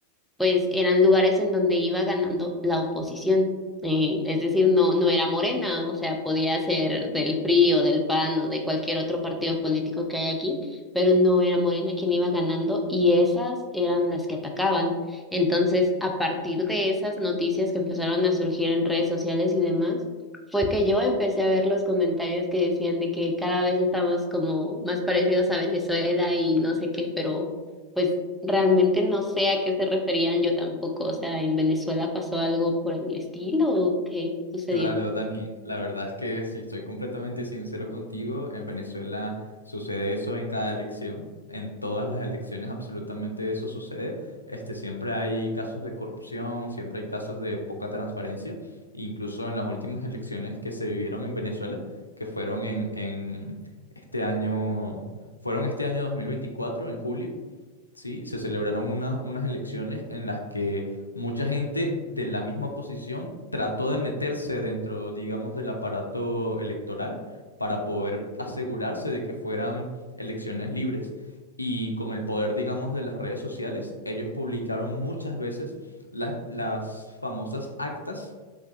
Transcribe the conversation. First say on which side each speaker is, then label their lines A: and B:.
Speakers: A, in the centre; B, on the left.
A: pues eran lugares en donde iba ganando la oposición. Eh, es decir, no, no era Morena, o sea, podía ser del PRI o del PAN o de cualquier otro partido político que hay aquí, pero no era Morena quien iba ganando y esas eran las que atacaban. Entonces, a partir de esas noticias que empezaron a surgir en redes sociales y demás, fue que yo empecé a ver los comentarios que decían de que cada vez estamos como más parecidos a Venezuela y no sé qué, pero pues realmente no sé a qué se referían yo tampoco. O sea, ¿en Venezuela pasó algo por el estilo o qué sucedió?
B: Claro, Dani, la verdad es que si soy completamente sincero contigo, en Venezuela sucede eso en cada elección, en todas las elecciones absolutamente eso sucede. Este, siempre hay casos de corrupción, siempre hay casos de poca transparencia, incluso en las últimas elecciones que se vivieron en Venezuela, que fueron en, en este año, fueron este año 2024 en julio. ¿sí? Se celebraron unas, unas elecciones en las que mucha gente de la misma oposición trató de meterse dentro, digamos, del aparato electoral para poder asegurarse de que fueran elecciones libres. Y con el poder, digamos, de las redes sociales, ellos publicaron muchas veces las, las famosas actas